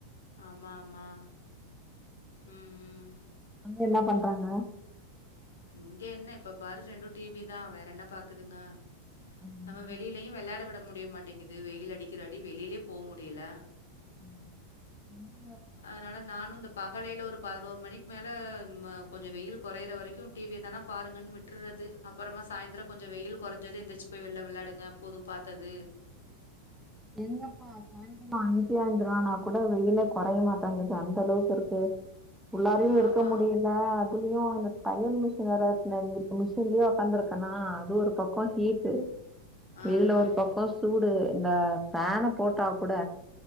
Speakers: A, on the left; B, in the centre.
A: ஆமா ஆமா ம் ம்
B: அங்க என்ன பண்றாங்க
A: இங்க என்ன எப்ப பாரு ரெண்டும் டிவி தான் வேற என்ன பாக்குதுங்க
B: ம்.
A: நம்ம வெளியிலயும் விளையாட விட <unintelligible> மாட்டேங்குது வெயில் அடிக்கிற அடி வெளியிலயே போ முடில
B: ம் ம்
A: அதனால நானும் இந்த பகலில்லஒரு பதினோரு மணிக்கு மேல கொஞ்சம் வெயில் குறையற வரைக்கும் டிவிதானா பாருங்கன்னு விட்டுறது அப்பறமா சாயந்தரம் கொஞ்சம் வெயில் குறைஞ்சதது எந்திரச்சு போய் வெளியில விளையாடுங்கப் விடுத்து போதும் பாத்தது
B: எங்கப்பா சாயங்கலாமா அஞ்சு ஆயஞ்சருவானா கூட வெயிலே குறைய மாட் அங்களுக்கு அந்த அளவுக்கு இருக்கு உள்ளாரியும் இருக்க
A: ஆமா.
B: முடியல அதுலையும் இந்த தையல் மிஷின் வேற இங்க மிஷின்லயே உக்காந்துருக்கேனா அது ஒரு பக்கம் ஹீட்டு
A: ஆ,
B: இதுல
A: ஆ.
B: ஒரு பக்கம் சூடு இந்த ஃபேன் ஆஹா போட்டா கூட